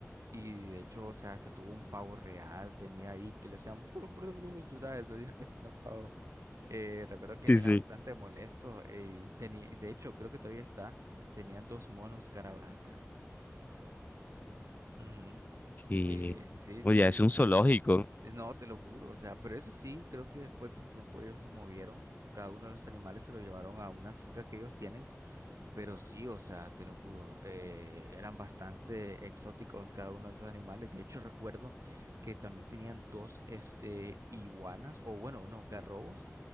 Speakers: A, on the right; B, on the left.
A: Y de hecho, o sea, hasta tuvo un pavo real, tenía ahí que le hacían, brr, brr, brr, tú sabes, el sonido que hacen los pavos. Eh, recuerdo que
B: sí
A: era
B: sí
A: bastante molesto eh, y tenía, y de hecho, creo que todavía está, tenían dos monos cara blanca. Ujú.
B: Y,
A: Sí, sí,
B: oye,
A: sí.
B: es un zoológico,
A: Eh, No, te lo juro, o sea, pero eso sí, creo que después de un tiempo ellos lo movieron, cada uno de los animales se lo llevaron a una finca que ellos tienen Pero sí, o sea, te lo juro, eh, eran bastante exóticos cada uno de esos animales. De hecho, recuerdo que también tenían dos, este, iguanas, o bueno, no, garrobos.